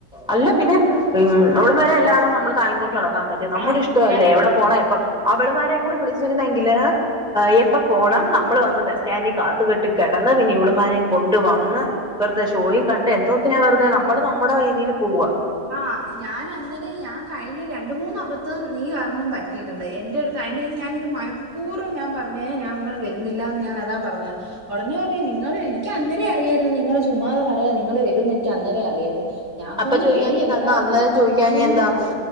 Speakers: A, in the centre; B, on the right (about 85°).
A: അല്ല പിന്നെ ഉം അവളുമാരെ എല്ലാം നമ്മള് താങ്ങി കൊണ്ട് നടക്കാൻ പറ്റൊ നമ്മുടെ
B: ആഹ്
A: ഇഷ്ട
B: ഞാ
A: അല്ലേ എവിടെ പോണ എപ്പൊ അവള്മാരെയും കൂടെ വിളിച്ചിരുന്നെങ്കില് എപ്പ പോണം നം നമ്മൾ വന്ന് ബസ് സ്റ്റാൻഡി കാത്ത് കെട്ടി കെടന്ന് പിന്നെ ഇവള്മാരെയും കൊണ്ട് വന്ന് വെറുതെ ഷോയും കണ്ട് എന്തോത്തിനാ വെറുതെ നമ്മള് നമ്മുടെ രീതിയില് പോവുക
B: ആഹ് ഞാൻ അന്നേല് ഞാൻ കഴിഞ്ഞ രണ്ടു മൂന്നാപത്തം നീ കരണം പറ്റ റ്റിയിടുണ്ട്. എന്റെ അടുത്ത് അതിന്റെശം ഞാനത് മനഃപൂർവം ഞാ ൻ പറഞ്ഞെയ ഞാൻങ്ങള് വരുന്നില്ല എന്ന് ഞാൻതാ പറഞ്ഞത് ഉടനെ പറഞ്ഞ നിങ്ങള് എനിക്കന്നേരെ അറിയായിന്ന് നിങ്ങള് ചുമ്മാത പറയാ നിങ്ങള് വരൂന്ന് എനിക്ക് അന്നേരെ അറിയായിരുന്നു ഞാൻ
A: അപ്പ
B: പറഞ്ഞു
A: ചോയ്ക്കാഞ്ഞഎന്ത
B: എടി എല്ലാർക്കും
A: ന്നാ അന്നേരം ചോദിക്കാഞ്ഞാ
B: മുൻ
A: എന്താന്ന്